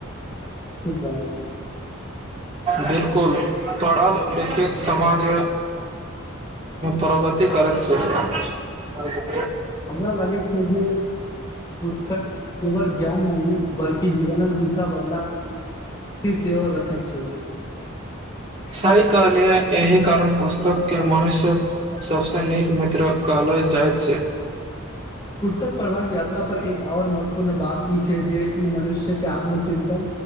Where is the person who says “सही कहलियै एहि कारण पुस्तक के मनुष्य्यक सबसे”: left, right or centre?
Right